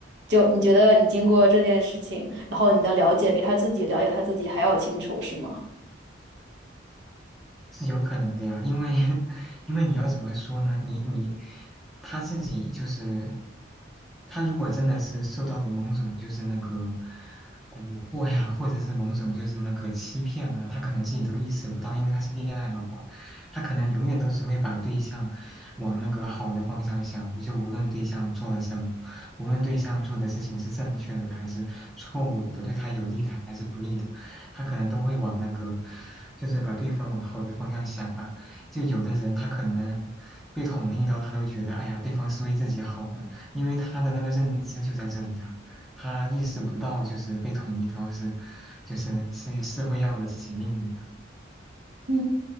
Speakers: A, on the right; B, in the centre.
A: 就你觉得你经过这件事情，然后你的了解比他自己了解他自己还要清楚，是吗？
B: 是有可能的呀，因为 <laughs> 因为你要怎么说呢？你你他自己就是他如果真的是受到了某种就是那个蛊惑呀，或者是某种就是那个欺骗啊，他可能自己都意识不到，因为他是恋爱脑啊，他可能永远都只会把对象往那个好的方向想，就无论对象做了什么，无论对象做的事情是正确的还是错误的，对他有利的还是不利的。他可能都会往那个，就是把对方往好的方向想啊。就有的人他可能被捅了一刀，他都觉得哎呀，对方是为自己好的，因为他的那个认知就在这里啊，他意识不到就是被捅一刀是，就是是是会要了自己命的呀。
A: 嗯，